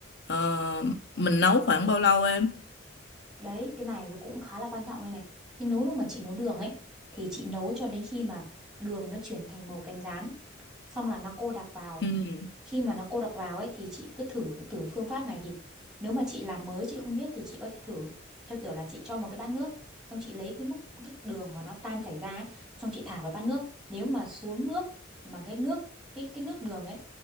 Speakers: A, on the left (about 55°); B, in the centre.
A: ờ, mình nấu khoảng bao lâu em?
B: đấy cái này nó cũng khá là quan trọng đây này cái nấu lúc mà chị nấu đường ấy thì chị nấu cho đến khi mà đường nó chuyển thành màu cánh gián xong là nó cô đặc vào
A: Ừ.
B: khi mà nó cô đặc vào ấy thì chị cứ thử thử phương pháp này thì nếu mà chị làm mới chị không biết thì chị có thể thử theo kiểu là chị cho một cái bát nước xong chị lấy cái múc cái đường mà nó tan chảy ra ấy, xong chị thả vào bát nước nếu mà xuống nước mà cái nước cái cái nước đường ấy